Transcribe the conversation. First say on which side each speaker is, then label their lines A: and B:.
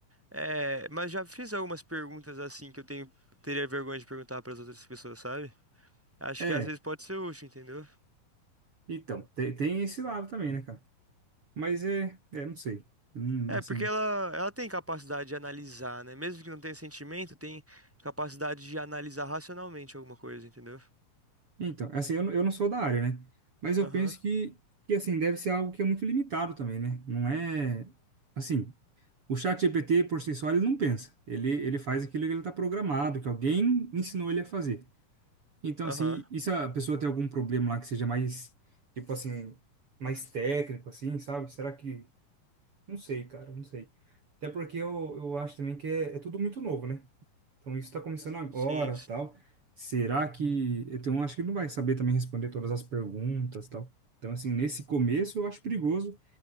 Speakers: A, in the centre; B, on the right (about 40°).
A: é, mas já fiz algumas perguntas assim que eu tenho teria vergonha de perguntar pras outras pessoas, sabe? Acho
B: É,
A: que às vezes pode ser útil, entendeu?
B: Então, te- tem, esse lado também, né, cara? Mas é, é, não sei. Hum,
A: É,
B: assim,
A: porque ela, ela tem capacidade de analisar, né? Mesmo que não tenha sentimento, tem capacidade de analisar racionalmente alguma coisa, entendeu?
B: então, assim, eu, não- eu não sou da área, né? Mas
A: Aham,
B: eu penso que, que, assim, deve ser algo que é muito limitado também, né? Não é, assim, o chat GPT por si só, ele não pensa. Ele, ele faz aquilo que ele tá programado, que alguém ensinou ele a fazer. Então,
A: aham.
B: assim, e se a pessoa tem algum problema lá que seja mais, tipo assim, mais técnico, assim, sabe? Será que... Não sei, cara, não sei. Até porque eu, eu acho também que é, é tudo muito novo, né? Então isso está começando agora,
A: Sim, sim.
B: tal. Será que eu tenho, acho que ele não vai saber também responder todas as perguntas, tal. Então assim, nesse começo eu acho perigoso,